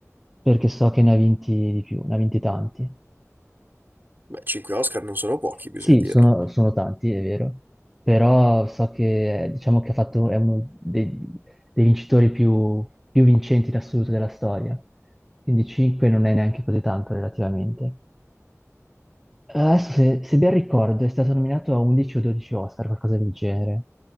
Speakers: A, in the centre; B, on the right.
A: perché so che ne ha vinti di più, ne ha vinti tanti.
B: Beh, 5 Oscar non sono pochi, bisogna
A: Sì,
B: dirlo.
A: sono, sono tanti, è vero, però so che eh, diciamo che ha fatto, è uno dei, dei vincitori più, più vincenti in assoluto della storia, quindi 5 non è neanche così tanto relativamente. Adesso, se, se ben ricordo, è stato nominato a 11 o 12 Oscar, qualcosa del genere,